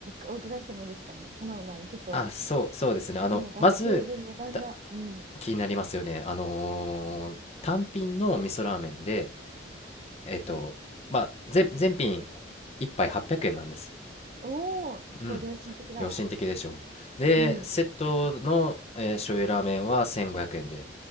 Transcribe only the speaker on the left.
あ、そう、そうですね。あの、
まず、た
気になりますよね。あのー単品の味噌ラーメンで、えっと、まあ、全、全品一杯800円なんです。
うん。良心的でしょう。で、
セットの、えー醤油ラーメンは1500円で